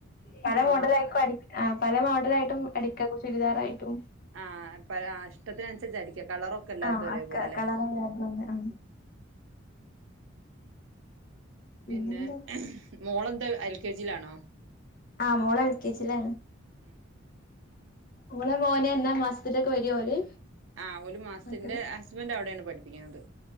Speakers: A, on the left (about 45°); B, on the right (about 75°).
A: പലേ
B: ആ
A: മോഡലായ്കും
B: മറ
A: അടി ആഹ് പല മോഡലായിട്ടും അടിക്ക കു ചുരിദാറായിട്ടും
B: ആഹ് പല ആഹ് ഇഷ്ടത്തിൻനസരിച്ച് അടിക്ക കളറൊക്കെല്ലാര്തും
A: ആ
B: ഒരേപോലെലേ
A: അക്ക കളറല്ലാതെ ആ പിന്നെന്താ
B: പിന്നെ മോളെന്താ എൽ കെ ജിയിലാണോ?
A: ആഹ് മോളെൽ കെ ജിലാണ്.
B: ഉം
A: ങ്ങളെ മോന് എന്നാ മാസത്തിലൊക്കെ വരോ ഓല്
B: ആഹ് ഓല് മാസ്ത്തിൻ്റെ
A: മക്കള്
B: ഹസ്ബൻ്റ് അവിടേണ് പഠ്പ്പിക്കുന്നത്